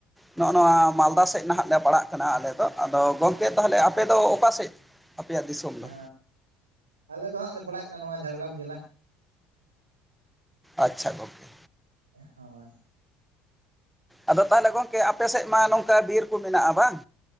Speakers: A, in the centre; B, on the right (about 80°).
A: ᱱᱚᱜᱼ ᱱᱚᱶᱟ ᱢᱟᱞᱫᱟ ᱥᱮᱫ ᱱᱟᱦᱟᱜ ᱞᱮ ᱯᱟᱲᱟᱜ ᱠᱟᱱᱟ, ᱟᱞᱮᱫᱚ ᱟᱫᱚ ᱜᱚᱝᱠᱮ ᱛᱟᱦᱚᱞᱮ ᱟᱯᱮᱫᱚ, ᱚᱠᱟ ᱥᱮᱫ? ᱟᱯᱮᱭᱟᱜ ᱫᱤᱥᱚᱢ
B: ᱦᱮᱸ
A: ᱫᱚ?
B: ᱟᱞᱮ ᱫᱚ ᱦᱟᱸᱜ ᱞᱮ ᱯᱟᱲᱟᱜ ᱠᱟᱱᱟ, ᱱᱚᱶᱟ ᱡᱷᱟᱲᱜᱨᱟᱢ ᱡᱮᱞᱟ ᱾
A: ᱟᱪᱪᱷᱟ, ᱜᱚᱝᱠᱮ᱾
B: ᱮᱸ ᱦᱳᱭ,
A: ᱟᱫᱚ ᱛᱟᱦᱚᱞᱮ ᱜᱚᱢᱠᱮ ᱟᱯᱮ ᱥᱮᱫ ᱢᱟ, ᱱᱚᱝᱠᱟ ᱵᱤᱨ ᱠᱚ ᱢᱮᱱᱟᱜᱼᱟ ᱵᱟᱝ?